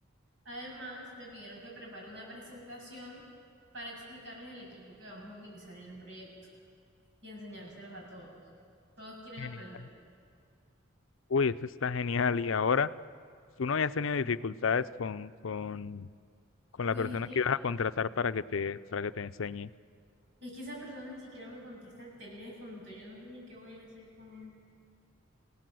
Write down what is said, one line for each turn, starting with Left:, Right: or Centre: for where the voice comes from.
Right: Además, me pidieron que prepare una presentación para explicarles el equipo que vamos a utilizar en el proyecto y enseñárselos a todos. Todos quieren
Left: Genial.
Right: aprender.
Left: Uy, eso está genial. Y ahora, ¿tú no habías tenido dificultades
Right: Y,
Left: con, con, con
Right: Pues
Left: la persona
Right: es que,
Left: que ibas a contratar para que te, para que te enseñe?
Right: es que esa persona ni siquiera me contesta el teléfono, entonces yo no sé ni qué voy a hacer con él.